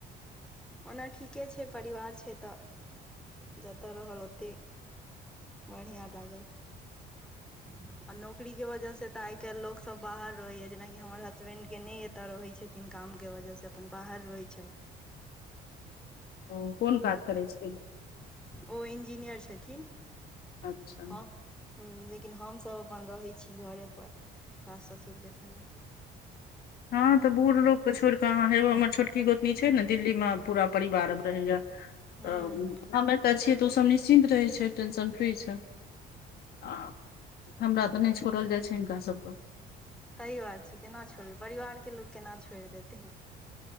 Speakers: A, in the centre; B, on the left (about 65°).
A: ओना ठीके छै परिवार छै से तऽ जतऽ रहल ओते बढ़ियां लागल <unintelligible> आ नौकरी के वजह से तऽ आइ काल्हि लोकसभ बाहर रहैया जेनाकि हमर हसबेंड के नहि एतऽ रहै छथिन काम के वजह से अपन बाहर रहै छैथ
B: ओ कोन काज करै छी
A: ओ इंजीनियर छथिन
B: अच्छा
A: हँ हं लेकिन हमसभ अपन रहै छी घरे पर सास ससुरके संगे
B: हँ तऽ बूढ़ लोक के छोड़ि कऽ अहाँ हेबै हमर छोटकी गोतनी छै ने दिल्ली में पूरा परिवार रहैया
A: हूँ
B: त
A: हूँ
B: हम एतऽ छियै तऽ ओसभ निश्चिन्त रहै छै टेंशन फ्री छै आ हमरा तऽ नहि छोड़ल जाइ छै हिनका सबके
A: सही बात छै केना छोड़बै परिवार के लोक केना छोड़ि देतेै